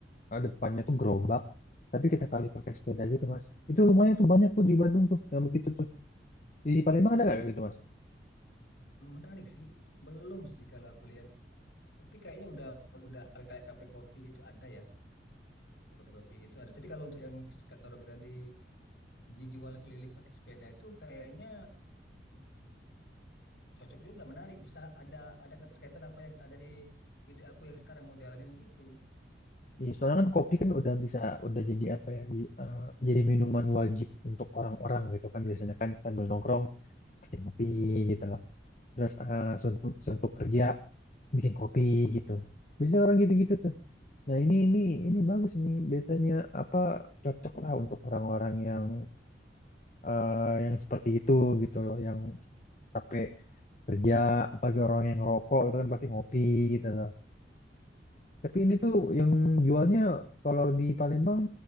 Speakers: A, on the left (about 40°); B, on the left (about 65°).
A: eh, depannya tuh gerobak. Tapi kita kali pakai sepeda gitu mas. Itu lumayan tuh banyak tuh di Bandung tuh yang begitu tuh. Di Palembang ada nggak
B: Hmm.
A: kayak gitu mas?
B: Menarik sih. Belum sih kalau aku lihat. Tapi kayaknya udah udah kalau kayak kafe kopi gitu ada ya. Kayak Kopi-kopi gitu ada. Tapi kalau untuk yang kata Robi tadi dijual keliling pakai sepeda itu kayaknya cocok juga, menarik. Bisa ada ada keterkaitan apa yang ada di ide aku yang sekarang mau jalanin gitu.
A: Iya, soalnya kan kopi kan udah bisa udah jadi apa ya? di- eh, jadi minuman wajib untuk orang-orang gitu kan biasanya kan sambil nongkrong pasti kopi gitu loh. Terus eh
B: Iya, iya.
A: suntuk suntuk kerja bikin kopi gitu. Biasanya orang gitu-gitu tuh. Nah, ini ini ini bagus ini biasanya apa cocok lah untuk orang-orang yang eh, yang seperti itu gitu loh, yang capek kerja, apalagi orang yang ngerokok itu kan pasti ngopi gitu loh. Tapi ini tuh yang jualnya kalau di Palembang